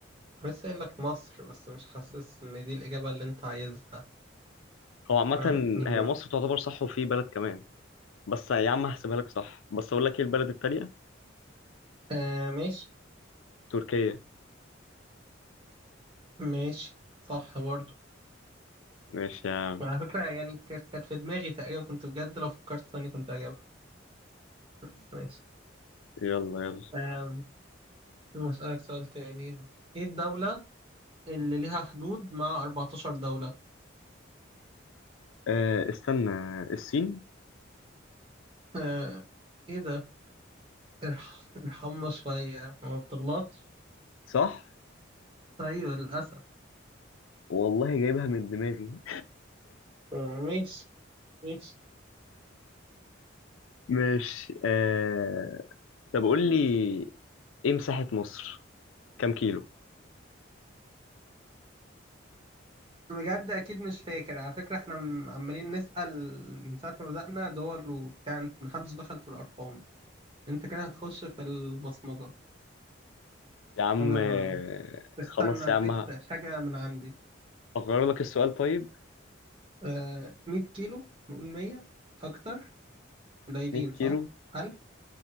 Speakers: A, on the right (about 25°); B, on the left (about 85°).
A: بس قايل لك مصر بس مش حاسس ان دي الإجابة اللي انت عايزها
B: هو عامة
A: آه، نيميا
B: هي مصر تعتبر صح وفي بلد كمان بس يا عم هحسبها لك صح بس أقول لك إيه البلد التانية
A: آه ماشي
B: تركيا
A: ماشي صح برضو
B: ماشي يا عم
A: على فكرة يعني كانت كانت في دماغي تقريبا كنت بجد لو فكرت ثاني كنت هجيبها بس ماشي
B: يلا يلا
A: آم، هسألك سؤال تاني ايه الدولة اللي ليها حدود مع 14 دولة؟
B: أه استنى الصين
A: آه ايه ده؟ ارحم ارحمنا شوية ما بتغلطش؟
B: صح
A: ايوه للأسف
B: والله جايبها من دماغي
A: آه، ماشي ماشي
B: <laughs> ماشي آه... طب قول لي ايه مساحة مصر؟ كام كيلو؟
A: بجد اكيد مش فاكر على فكره احنا م- عمالين نسال من ساعه ما بدانا دول وبتاع انت- محدش دخل في الارقام انت كده هتخش في البصمجه
B: يا عم
A: انا
B: آه،
A: ما- استنى
B: خلاص
A: اديك
B: يا عم
A: حاجه من عندي
B: هغير لك السؤال طيب
A: آه 100 كيلو نقول 100 اكتر قليلين
B: 100
A: صح
B: كيلو
A: 1000